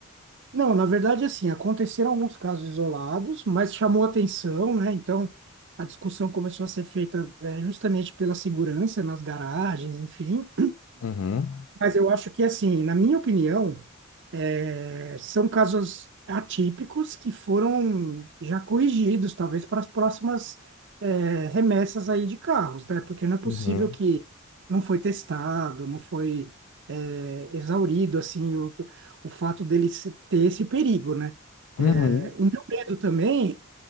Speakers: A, on the right; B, on the left.
A: Não, na verdade, assim, aconteceram alguns casos isolados, mas chamou atenção, né? Então, a discussão começou a ser feita, eh, justamente pela segurança nas garagens, enfim.
B: Uhum,
A: Mas eu acho que, assim, na minha opinião, eh, são casos atípicos que foram já corrigidos, talvez para as próximas, eh, remessas aí de carros, né? Porque não é possível
B: uhum,
A: que não foi testado, não foi, eh, exaurido, assim, o, o fato dele se- ter esse perigo, né? Eh,
B: uhum,
A: o meu medo também